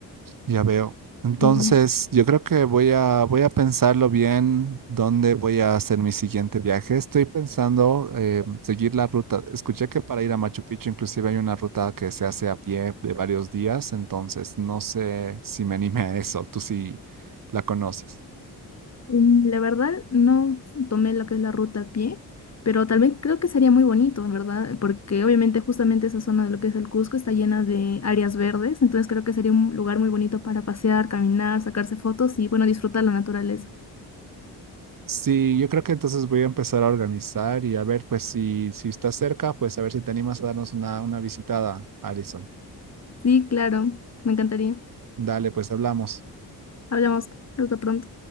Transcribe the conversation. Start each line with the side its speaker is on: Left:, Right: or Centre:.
Right: Ya veo. Entonces,
Left: Sí.
Right: yo creo que voy a, voy a pensarlo bien dónde voy a hacer mi siguiente viaje. Estoy pensando eh, seguir la ruta. Escuché que para ir a Machu Picchu inclusive hay una ruta que se hace a pie de varios días, entonces no sé si me anime a eso. Tú sí la conoces.
Left: Mm, La verdad, no tomé lo que es la ruta a pie, pero tal vez creo que sería muy bonito, ¿verdad? Porque obviamente justamente esa zona de lo que es el Cusco está llena de áreas verdes, entonces creo que sería un lugar muy bonito para pasear, caminar, sacarse fotos y, bueno, disfrutar la naturaleza.
Right: Sí, yo creo que entonces voy a empezar a organizar y a ver, pues si, si estás cerca, pues a ver si te animas a darnos una, una visitada, Alison.
Left: Sí, claro, me encantaría.
Right: Dale, pues hablamos.
Left: Hablamos, hasta pronto.